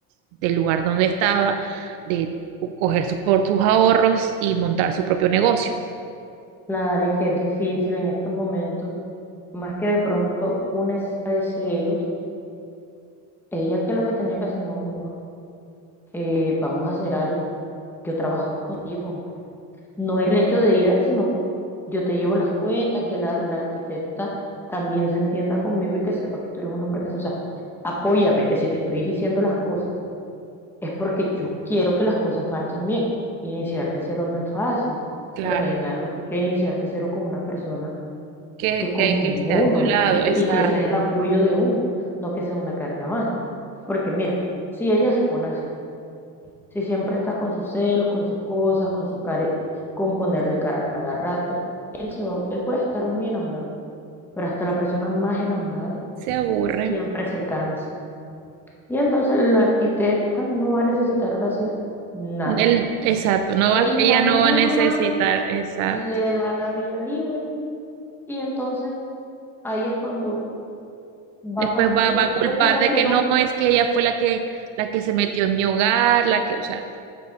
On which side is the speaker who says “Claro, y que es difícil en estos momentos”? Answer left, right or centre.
Centre